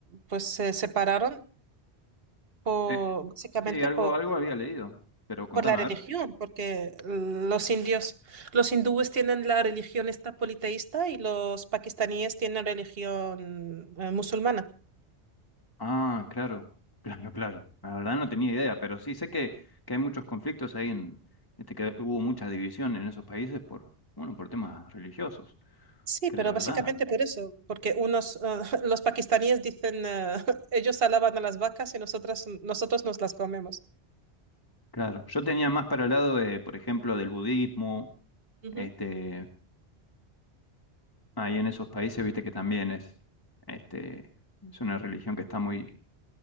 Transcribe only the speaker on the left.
Eh,
sí, algo,
algo había leído, pero contame,
a ver.
Ah, claro, claro, claro. La verdad no tenía idea, pero sí sé que, que hay muchos conflictos ahí en, este, que hubo mucha división en esos países por, bueno, por temas religiosos,
que
la verdad,
claro. Yo tenía más para el lado de, por ejemplo, del budismo,
este, ahí en esos países, viste que también es, este, es una religión que está muy,